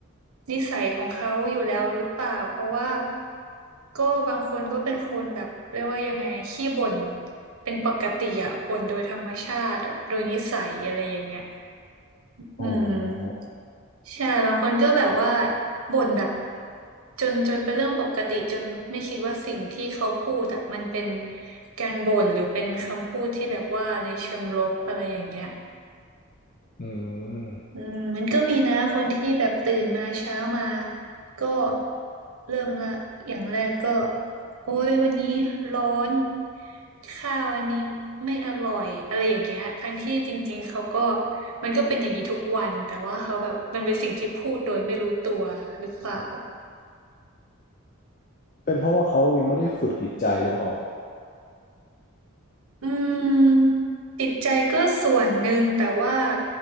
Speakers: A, on the right; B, on the left.
A: นิสัยของเขาอยู่แล้วหรือเปล่า เพราะว่าก็บางคนก็เป็นคนแบบเรียกว่ายังไงขี้บ่นเป็นปกติอะบ่นโดยธรรมชาติอะโดยนิสัยอะไรอย่างเงี้ยอืม
B: อ๋อ
A: ใช่บางคนก็แบบว่าบ่นแบบจนจนเป็นเรื่องปกติจนไม่คิดว่าสิ่งที่เขาพูดอะมันเป็นการบ่นหรือเป็นคำพูดที่แบบว่าในเชิงลบอะไรอย่างเงี้ย
B: อืม
A: อืมมันก็มีนะคนที่แบบตื่นมาเช้ามาก็เริ่มละอย่างแรกก็โอ้ยวันนี้ร้อนข้าวอันนี้ไม่อร่อยอะไรอย่างเงี้ยทั้งที่จริงๆเขาก็มันก็เป็นอย่างนี้ทุกวันแต่ว่าเขาแบบมันเป็นสิ่งที่พูดโดยไม่รู้ตัวหรือเปล่า
B: เป็นเพราะว่าเขายังไม่ได้ฝึกจิตใจหรือเปล่า
A: อืมจิตใจก็ส่วนหนึ่งแต่ว่า